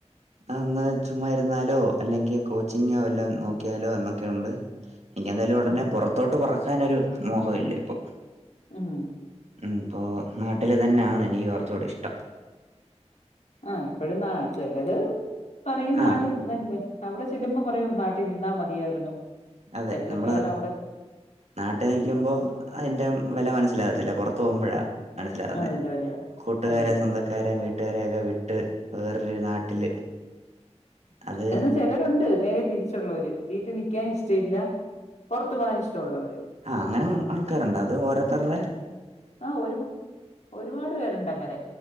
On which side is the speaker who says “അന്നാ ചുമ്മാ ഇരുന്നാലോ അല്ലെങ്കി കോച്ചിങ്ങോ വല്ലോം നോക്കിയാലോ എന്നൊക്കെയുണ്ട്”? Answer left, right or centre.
Right